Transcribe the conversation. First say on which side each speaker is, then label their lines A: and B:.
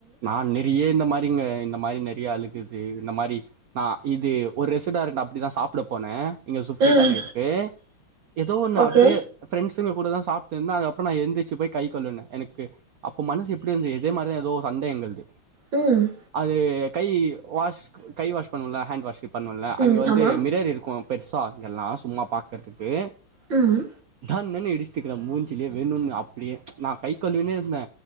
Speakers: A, on the right; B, on the right.
A: நா நெறைய இந்த மாரிங்க இந்த மாரி நெறைய ஆளுக் இது இந்த மாரி நா இது ஒரு ரெஸுடாரண்ட்டுக்கு அப்டிதா சாப்ட போனே இங்க சுஃப்ரிட்டான்
B: ம்
A: இருக்கு எதோ ஒன்னு
B: ஓகே
A: அப்டே ஃபிரெண்ட்சுங்க கூட தா சாப்ட்டு இருந்தே அதுக்கப்றோ நா எந்திரிச்சு போய் கை கழுவுன எனக்கு அப்ப மனசு எப்டி இருந்துது இதே மாரி தா எதோ சண்ட எங்களுக்கு
B: ம்
A: அது கை வாஷ் கை வாஷ் பண்ணுவோல ஹேண்ட் வாஷ் பண்ணுவோல
B: ம்
A: அங்கே வந்து
B: ஆமா
A: மிரர் இருக்கு பெருசா இங்கெல்லா சும்மா பாக்கற்துக்கு
B: ம்
A: நா நின்னு இடிச்சுக்குறே மூஞ்சிலே வேணுன்னு அப்டியே நா கை கழுவினே இருந்தே